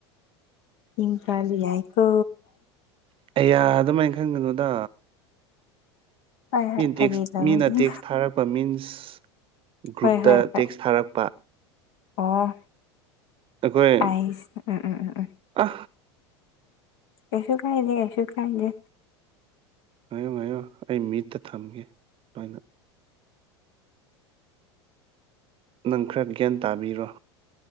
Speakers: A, on the left; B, on the right.
A: ꯏꯀꯥꯏꯕꯥ ꯌꯥꯏꯀꯣ
B: ꯑꯌꯥ ꯑꯗꯨꯃꯥꯏꯅ ꯈꯟꯒꯅꯨꯗ
A: ꯍꯣꯏ ꯍꯣꯏ
B: ꯃꯤꯅ
A: ꯐꯥꯒꯤ
B: ꯇꯦꯛꯁ
A: ꯇꯧꯕꯅꯤ
B: ꯃꯤꯅ ꯇꯦꯛꯁ ꯊꯥꯔꯛꯄ ꯃꯤꯟꯁ ꯒ꯭ꯔꯨꯞꯇ
A: ꯍꯣꯏ ꯍꯣꯏ ꯍꯣꯏ
B: ꯇꯦꯛꯁ ꯊꯥꯔꯛꯄꯥ
A: ꯑꯣ
B: ꯑꯩꯈꯣꯏ
A: ꯑꯩꯁ ꯎꯝ ꯎꯝ ꯎꯝ ꯎꯝ
B: ꯑ
A: ꯀꯩꯁꯨ ꯀꯥꯏꯗꯦ ꯀꯩꯁꯨ ꯀꯥꯏꯗꯦ
B: ꯉꯥꯏꯌꯣ ꯉꯥꯏꯌꯣ ꯑꯩ ꯃꯤꯠꯇꯥ ꯊꯝꯒꯦ ꯂꯣꯏꯅ ꯅꯪ ꯈꯔꯥ ꯒ꯭ꯌꯥꯟ ꯇꯥꯕꯤꯔꯣ